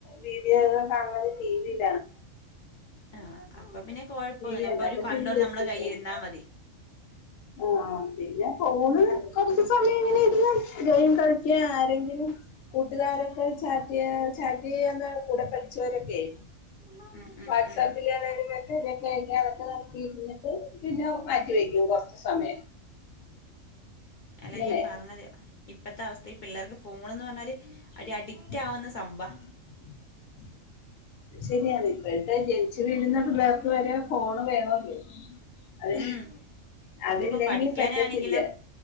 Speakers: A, on the left; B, on the left.
A: വീഡിയോ കാണുന്നത് ടി വില്ല
B: ആ അപ്പ പിന്നെ കുഴപ്പമൊന്നുമില്ല
A: ടിവി ഉണ്ടോ
B: അപ്പം
A: അപ്പ
B: ഒരു കൺട്രോൾ
A: ടിവി വെച്ചിടുണ്ട
B: നമ്മളെ കയ്യിലിരുന്നാൽ മതി
A: ആ പിന്ന ഫോണ് കൊറച്ച് സമയം എങ്ങനെ ഇര്ന്ന് ഗെയിം കളിക്ക ആരെങ്കിലും കുട്ടുകാരൊക്കെ ചാറ്റ്യാ ചാറ്റിയന്നാ കൂടെ പഠിച്ചവരൊക്കെയെ
B: ഉം ഉം
A: വാട്സാപ്പിലാന്ന്
B: ഉം
A: അന് മെസ്സേജ് ആയേക്കാൻ ഇരുന്ന് അതൊക്കെ നോക്കിയിരുന്ന് പിന്നെ മാറ്റി വെയിക്യും കൊറച്ച് സമയം
B: അല്ല
A: ഇങ്ങനെ
B: ഞാൻ പറഞ്ഞത് ഇപ്പത്തെ അവസ്ഥയിൽ പിള്ളേർക്ക് ഫോൺന്ന് പറഞ്ഞാല് ഒരു
A: <unintelligible>
B: അഡിക്റ്റ് ആവുന്ന സംഭവാ
A: ശരിയാണ് ഇപ്പോത്തെ ജനിച്ച് വീഴുന്ന പിള്ളേർക്ക് വരെ ഫോണ് വേണോല്ലേ അതെ
B: ഉം
A: അതില്ലെങ്കി
B: ഇതിപ്പോ പഠിക്കാനാണെങ്കിലും
A: പറ്റത്തില്ല